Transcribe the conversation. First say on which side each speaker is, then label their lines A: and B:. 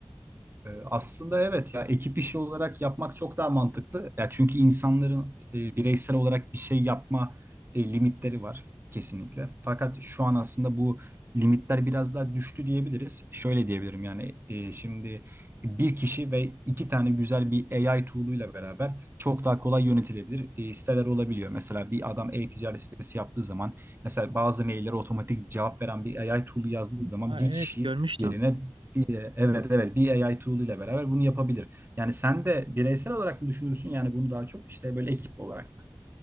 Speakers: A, on the right (about 25°); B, on the right (about 85°).
A: Ee, Aslında evet ya ekip işi olarak yapmak çok daha mantıklı. Ya çünkü insanların e, bireysel olarak bir şey yapma e, limitleri var kesinlikle. Fakat şu an aslında bu limitler biraz daha düştü diyebiliriz. Şöyle diyebilirim yani e, şimdi bir kişi ve iki tane güzel bir AI tool'uyla beraber çok daha kolay yönetilebilir e, siteler olabiliyor. Mesela bir adam e-ticaret sitesi yaptığı zaman mesela bazı maillere otomatik cevap veren bir AI tool'u yazdığı zaman
B: Aa,
A: bir
B: evet
A: kişi
B: görmüştüm.
A: yerine bir, evet evet bir A I tool ile beraber bunu yapabilir. Yani sen de bireysel olarak mı düşünürsün? Yani bunu daha çok işte böyle ekip olarak